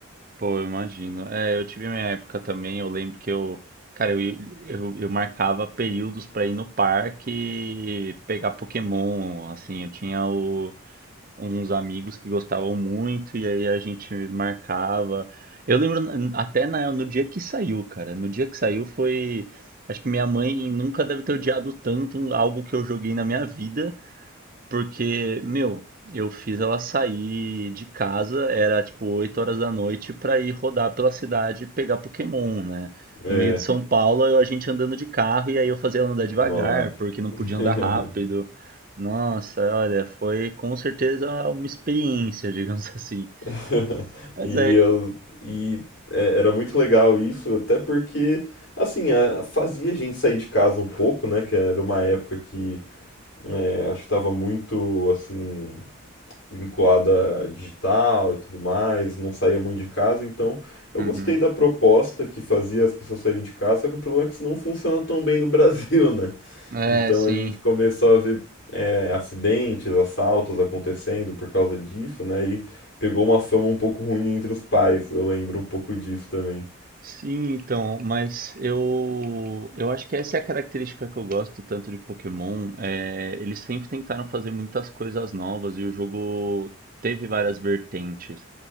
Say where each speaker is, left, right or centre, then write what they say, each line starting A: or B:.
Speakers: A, on the right (about 40°); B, on the left (about 55°).
A: Pô, eu imagino. É, eu tive minha época também, eu lembro que eu, cara, eu, eu, eu marcava períodos pra ir no parque pegar Pokémon, assim, eu tinha o- uns amigos que gostavam muito e aí a gente marcava. Eu lembro n- até na- no dia que saiu, cara, no dia que saiu foi, acho que minha mãe nunca deve ter odiado tanto um- algo que eu joguei na minha vida, porque, meu, eu fiz ela sair de casa, era tipo oito horas da noite, pra ir rodar pela cidade e pegar Pokémon, né?
B: É,
A: No meio de São Paulo, eu- a gente andando de carro e aí eu fazia ela andar devagar,
B: nossa.
A: porque não
B: <laughs>
A: podia andar rápido. Nossa, olha, foi com certeza uma experiência, <laughs> digamos assim.
B: <laughs>
A: Mas
B: E
A: é.
B: eu e é, era muito legal isso, até porque assim, a- fazia a gente sair de casa um pouco, né, que era uma época que, né, acho que estava muito assim, vinculada a digital e tudo mais, não saía muito de casa, então eu
A: Uhum.
B: gostei da proposta que fazia as pessoas saírem de casa, só que o problema é que isso não funciona tão bem no <laughs> Brasil, né?
A: É,
B: Então
A: sim.
B: a gente começou a ver é, acidentes, assaltos acontecendo por causa disso, né? E pegou uma fama um pouco ruim entre os pais, eu lembro um pouco disso também.
A: Sim, então, mas eu eu acho que essa é a característica que eu gosto tanto de Pokémon. é, eles sempre tentaram fazer muitas coisas novas e o jogo teve várias vertentes,